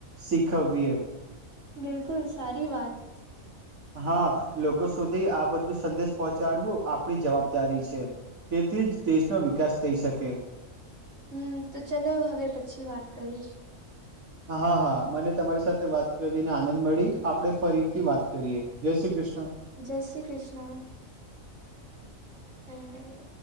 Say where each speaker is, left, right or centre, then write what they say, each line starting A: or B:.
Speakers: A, on the right; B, on the right.
A: શીખવવીએ.
B: બિલકુલ સારી વાત.
A: હા, લોકો સુધી આ બધું સંદેશ પહોંચાડવું આપણી જવાબદારી છે. તેથી જ દેશનો વિકાસ થઈ શકે.
B: હમ તો ચલો હવે પછી વાત કરીશ.
A: હા હા મને તમારી સાથે વાત કરીને આનંદ મળી, આપણે ફરીથી વાત કરીએ. જય શ્રી કૃષ્ણ.
B: જય શ્રી કૃષ્ણ. હમ.